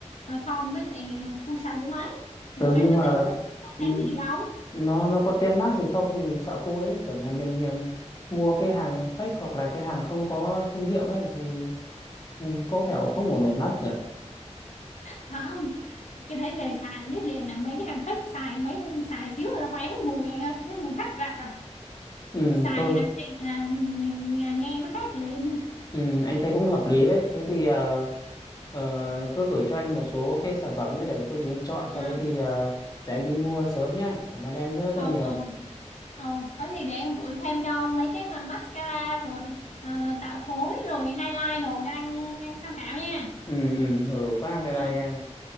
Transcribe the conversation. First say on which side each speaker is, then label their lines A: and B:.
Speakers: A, on the left; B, on the left.
A: ờ, son với lại cu sạch với mấy rồi
B: ờ
A: anh
B: nhưng
A: có
B: mà
A: tính mua
B: ừ,
A: thêm gì không
B: nó nó có tem mác gì không thì sợ cô ấy tưởng là mình ừm, mua cái hàng fake hoặc là cái hàng không có thương hiệu ấy thì ừ, có vẻ không ổn ổn lắm nhỉ
A: à, không cái đấy về xài là biết liền là mấy cái hàng fake xài mấy xài xíu là nó bay hết mùi anh ơi với mùi hắc rạc à
B: ừ
A: xài
B: thôi
A: hàng xịn là mình à, nghe nó khác liền
B: ừ, anh thấy cũng hợp lý đấy thế thì ờ, ờ, cứ gửi cho anh một số cái sản phẩm nhé để có gì anh chọn sau
A: à
B: đấy thì ờ, để anh đi mua sớm nhá cảm ơn em rất là
A: ồ
B: nhiều
A: ồ ồ có gì để em gửi thêm cho mấy cái mà mascara rồi ờ, tạo khối rồi highlight đồ cho anh anh tham khảo nha
B: ừ, ừ, nhiều đủ quá bye
A: ừ
B: bye em